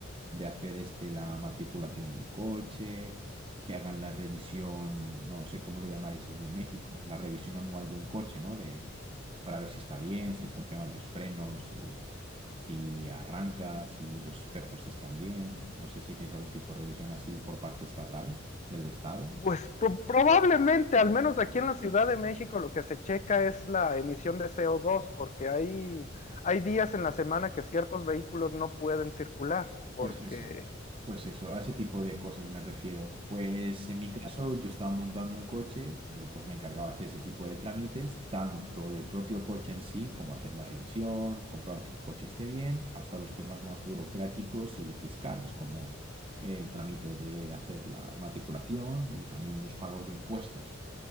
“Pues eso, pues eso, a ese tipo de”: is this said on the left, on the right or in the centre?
Right